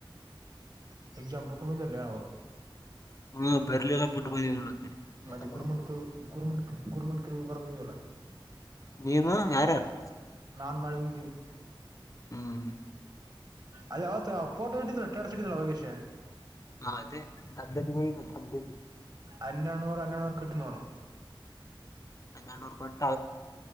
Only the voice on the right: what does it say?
ಎಕ್ಜಾಮ್ ಬೀಟ್ಟು ಬಂದವಲೇ
ಮತ್ತೆ
ಗುರ್ಮುಂ ಕ
ಗುರ್ಮುಂ ಗುರ್ಮುಕ ಹೋಗವ್ರ ಅದಿವಲ್ಲಾ ಹ
ನಾನ್ ಮಾಳಾಹೋಗಿದೀವಿ
ಅದೇ ಯಾವತ್ತ ಫೋಟೋ ಇಟ್ಟಿದ್ರ ಟ್ಯಾಡಸ್ ಇಟ್ಟಿದಲ್ಲ ಒಗೇಶ
ಅನ್ನಡಣ್ಣೂರು ಅನ್ನಡಣ್ಣೂರ್ ಕಟ್ಟಿ ನೋಡ